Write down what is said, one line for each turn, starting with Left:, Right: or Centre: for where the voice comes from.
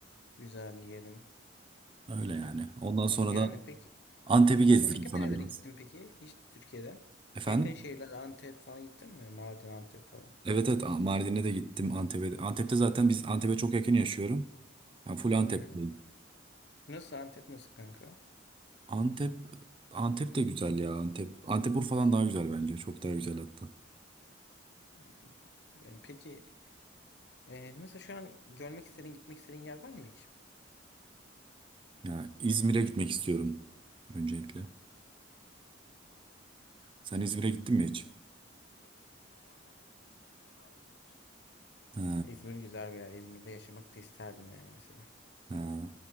Left: Güzel yiyelim.
Right: Öyle yani. Ondan sonra
Left: Yani
Right: da
Left: peki
Right: Antep'i gezdiririm
Left: başka
Right: sana
Left: nerelere
Right: biraz.
Left: gittin peki? Hiç Türkiye'de.
Right: Efendim?
Left: Yakın şehirler Antep falan gittin mi? Mardin, Antep falan.
Right: Evet evet A- Mardin'e de gittim Antep'e. de- Antep'te zaten biz Antep'e çok yakın yaşıyorum. Ben full Antep'teyim.
Left: Hı hı. Nasıl Antep nasıl kanka?
Right: Antep Antep de güzel ya Antep. Antep Urfa'dan daha güzel bence. Çok daha güzel hatta.
Left: Hı E, Peki e, nasıl şu an görmek istediğin gitmek istediğin yer var mı hiç?
Right: Ya İzmir'e gitmek istiyorum öncelikle.
Left: Biz ben çok
Right: Sen İzmir'e gittin mi hiç?
Left: çok gittim. Benim orada akrabalarım yaşıyor.
Right: Ha.
Left: İzmir güzel bir yer. İzmir'de yaşamak da isterdim yani mesela.
Right: Ha,